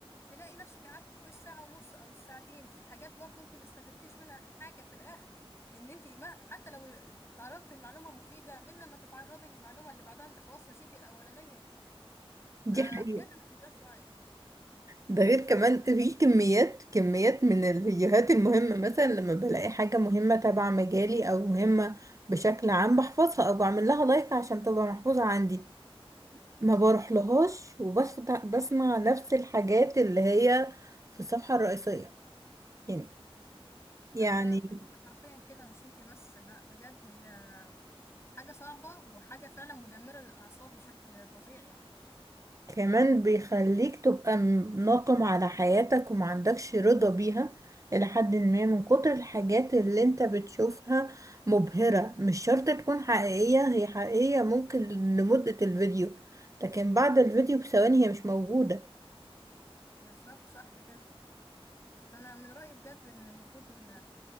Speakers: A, on the left; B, on the right.
A: تلاقي نفسك قعدتي فوق الساعة ونص أو الساعتين في حاجات برضو أنت ما استفدتيش منها حاجة في الآخر إن أنت ما حتى لو اتعرضتي لمعلومة مفيدة من لما تتعرضي للمعلومة اللي بعدها أنت خلاص نسيتي الأولانية
B: دي
A: فبجد
B: حقيقة
A: ما عندهاش وعي
B: ده غير كمان في كميات كميات من الفيديوهات المهمة مثلا لما بلاقي حاجة مهمة تبع مجالي أو مهمة بشكل عام بحفظها أو بعمل لها لايك عشان تبقى محفوظة عندي ما بروح لهاش وبس بسمع نفس الحاجات اللي هي في الصفحة الرئيسية يعني
A: بالظبط. لا
B: يعني
A: ده كلنا حرفيا كده مش أنت بس لا بجد هي حاجة صعبة وحاجة فعلا مدمرة للأعصاب بشكل فظيع يعني
B: كمان بيخليك تبقى م- ناقم على حياتك وما عندكش رضا بيها إلى حد ما من كتر الحاجات اللي انت بتشوفها مبهرة مش شرط تكون حقيقية هي حقيقية ممكن لمدة الفيديو لكن بعد الفيديو بثواني هي مش موجودة
A: بالظبط صح كده فأنا من رأيي بجد إن المفروض إن